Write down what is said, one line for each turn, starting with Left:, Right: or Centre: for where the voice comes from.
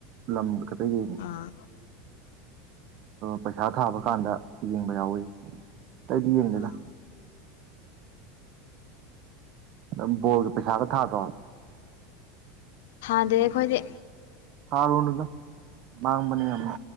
Right: ꯂꯝ ꯈꯛꯇ ꯌꯦꯡꯉꯦ
Left: ꯑꯥ
Right: ꯄꯩꯁꯥ ꯊꯥꯕ ꯀꯥꯟꯗ ꯌꯦꯡꯕ ꯌꯥꯎꯋꯤ ꯑꯩꯇꯩꯗꯤ ꯌꯦꯡꯗꯦꯅ
Left: ꯑꯥ
Right: ꯅꯪ ꯕꯣꯜꯒ ꯄꯩꯁꯥꯒ ꯊꯥꯗ꯭ꯔꯣ
Left: ꯊꯗ ꯑꯩꯈꯣꯏꯗꯤ
Right: ꯍꯥꯔꯅꯗ ꯃꯥꯥꯡꯃꯅꯤꯃ